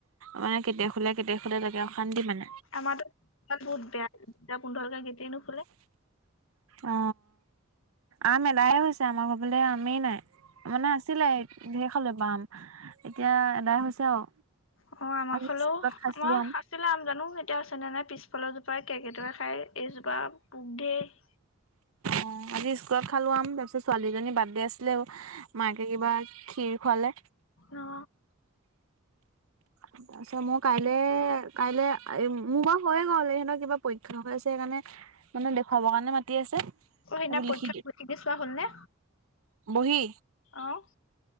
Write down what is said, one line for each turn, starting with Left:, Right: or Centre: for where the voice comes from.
Right: মানে কেতিয়া খুলে কেতিয়া খুলে লাগে অশান্তি মানে।
Left: আমাৰো বহুত বেয়া দুটা পোন্ধৰ লেকে গেটেই নোখোলে
Right: অ আম এদাই হৈছে আমাৰ ঘৰ ফালে আমেই নাই মানে আছিলে ধেৰ খালে আম এতিয়াএদাই হৈছে আৰু
Left: অ আমাৰ
Right: আজি
Left: হলেও
Right: স্কুলত খাইছিলো
Left: আমাৰ
Right: আম।
Left: আছিলে আম জানো এতিয়া আছে নে নাই পিছে পাছফালৰ জোপা কেৰ্কেটুৱায়ে খাই, এইজোপা পোক ধেৰ
Right: অ আজি স্কুলত খালো আম তাৰপিছত ছোৱালীজনী বাৰ্থডে আছিলে। মাকে কিবা ক্ষীৰ ৰ খুৱালে।
Left: অ
Right: তাৰ পিছত মই কাইলে কাইলৈ মোৰ বাৰু হয়ে গল সিহঁতৰ কিবা পৰীক্ষা হৈ আছে সেইকাৰণে মানে দেখুৱাবৰ কাৰণে মাতি আছে
Left: অহ সেইদিনা
Right: এইবোৰ লিখি
Left: পৰীক্ষা অ টি পি চোৱা হ'লনে
Right: বহী
Left: অহ